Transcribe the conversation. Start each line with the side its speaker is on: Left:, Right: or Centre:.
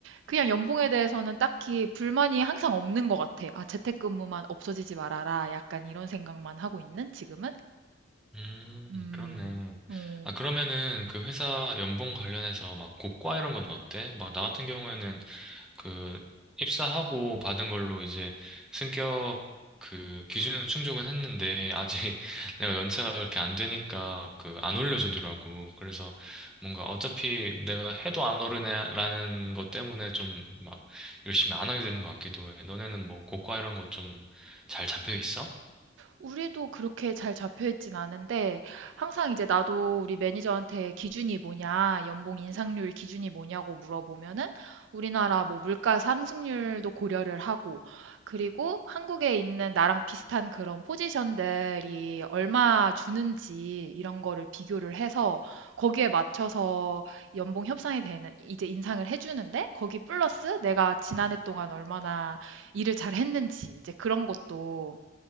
Right: 그냥 연봉에 대해서는 딱히 불만이 항상 없는 것 같아. 아, 재택근무만 없어지지 말아라. 약간 이런 생각만 하고 있는 지금은?
Centre: 음,
Right: 음,
Centre: 그렇네.
Right: 어.
Centre: 아, 그러면은 그 회사 연봉 관련해서 막 고과 이런 건 어때? 막 나 같은 경우에는 그 입사하고 받은 걸로 이제 승격 그 기준은 충족은 했는데 아직 <laughs> 내가 연차가 그렇게 안 되니까 그 안 올려주더라고. 그래서 뭔가 어차피 내가 해도 안 오르네라는 것 때문에 좀 막 열심히 안 하게 되는 것 같기도 해. 너네는 뭐 고과 이런 거 좀 잘 잡혀 있어?
Right: 우리도 그렇게 잘 잡혀 있진 않은데 항상 이제 나도 우리 매니저한테 기준이 뭐냐, 연봉 인상률 기준이 뭐냐고 물어보면은 우리나라 뭐 물가 상승률도 고려를 하고 그리고 한국에 있는 나랑 비슷한 그런 포지션들이 얼마 주는지 이런 거를 비교를 해서 거기에 맞춰서 연봉 협상이 되는 이제 인상을 해주는데 거기 플러스 내가 지난해 동안 얼마나 일을 잘 했는지 이제 그런 것도